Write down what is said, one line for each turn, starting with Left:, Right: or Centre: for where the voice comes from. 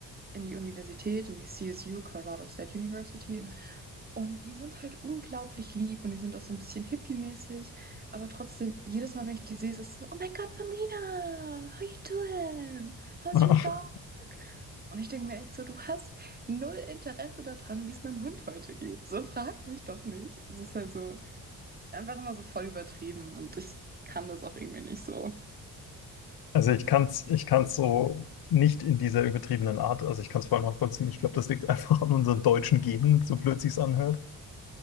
Right: in die Universität, in die CSU, Colorado State University. Und die sind halt unglaublich lieb und die sind auch so ein bisschen hippie-mäßig. Aber trotzdem, jedes Mal, wenn ich die sehe, ist es so, oh mein Gott, Melina, how you doing? How's
Left: <laughs>
Right: your dog? Und ich denke mir echt so, du hast null Interesse daran, wie es meinem Hund heute geht. So frag mich doch nicht. Es ist halt so einfach immer so voll übertrieben und ich kann das auch irgendwie nicht so.
Left: Also ich kann es ich kann's so nicht in dieser übertriebenen Art, also ich kann es voll nachvollziehen. Ich glaube, das liegt einfach an unseren deutschen Genen, so blöd sich's anhört.